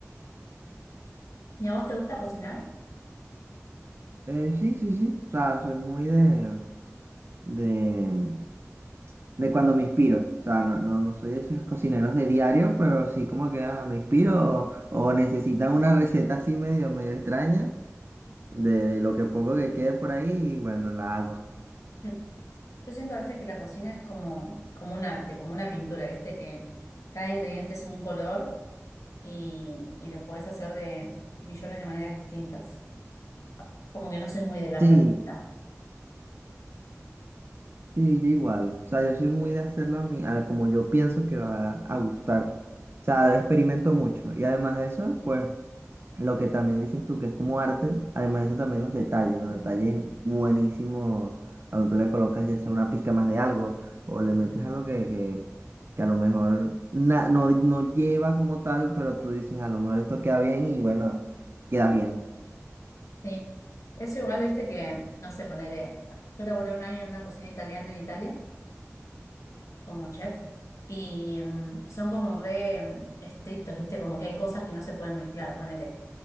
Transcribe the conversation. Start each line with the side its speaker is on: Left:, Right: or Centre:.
Left: ¿Y a vos te gusta cocinar?
Right: Eh, sí, sí, sí. O sea, soy muy de, de, de cuando me inspiro. O sea, no, no, no soy de esos cocineros de diario, pero sí como que ah, me inspiro o, o necesitan una receta así medio, medio extraña de, de lo que poco que quede por ahí y bueno, la hago.
Left: Mm. Yo siento a veces que la cocina es como, como un arte, como una pintura, ¿viste? Que cada ingrediente es un color y, y lo podés hacer de millones de maneras distintas. Como que no soy muy de la
Right: Sí,
Left: receta.
Right: sí, yo igual. O sea, yo soy muy de hacerlo a mí, a como yo pienso que va a gustar. O sea, experimento mucho. Y además de eso, pues Lo que también dices tú, que es como arte, además de eso también los detalles, los detalles buenísimos, cuando tú le colocas ya sea una pizca más de algo o le metes algo que, que, que a lo mejor na- no, no lleva como tal, pero tú dices, a lo mejor esto queda bien y bueno, queda bien.
Left: Sí. Eso igual, viste que, no sé, ponele. Yo laburé un año en una cocina italiana en Italia, como chef, y mm, son como re mm, estrictos, viste, como que hay cosas que no se pueden mezclar, ponele.